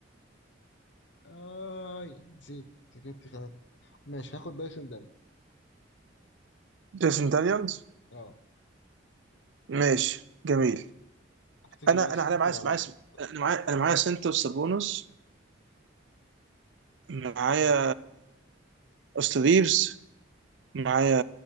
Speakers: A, on the left; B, on the right.
A: اي نسيت ذاكرتي خانت ماشي هاخد دايسون داني
B: جيسون دانيالز
A: اه
B: ماشي جميل
A: افتكر
B: انا
A: بقى السنتر
B: انا على معايا
A: على
B: معايا
A: ما تختار
B: انا معايا انا معايا سنتر سابونس معايا
A: اه
B: أوستن ريفز معايا